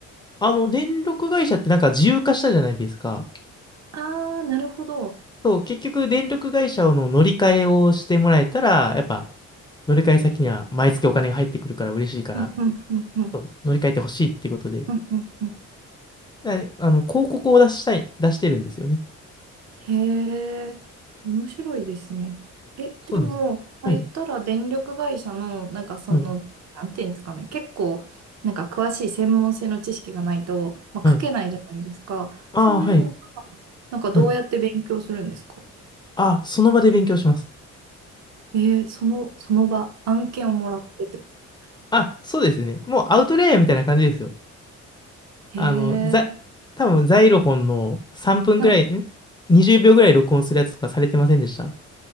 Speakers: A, on the left; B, on the right.
A: あ、あの、電力会社ってなんか自由化したじゃないですか。
B: ああー、なるほど。
A: そう、結局、電力会社の乗り換えをしてもらえたら、やっぱ、乗り換え先には毎月お金が入ってくるから嬉しいから、
B: うんうんうんうん。
A: そう乗り換えてほしいっていうことで、
B: うんうんうん
A: だあの、広告を出したい、出してるんですよね。
B: へえ、面白いですね。え、
A: そうです。
B: でも、まあ、
A: はい、
B: 言ったら電力会社の、なんかその、
A: はい、
B: なんていうんですかね、結構、なんか詳しい専門性の知識がないと、まあ、
A: はい。
B: 書けないじゃないですか。
A: ああ、
B: そういうのがなんかどうやって勉強するんですか
A: はい。はい。あ、その場で勉強します。
B: えーその、その場、案件をもらってってことですか
A: あ、そうですね。もうアウトレイヤーみたいな感じですよ。あの、
B: へえ、
A: ざ、多分ザイロフォンの3分ぐらい、
B: はい。
A: ん ?20 秒ぐらい録音するやつとかされてませんでした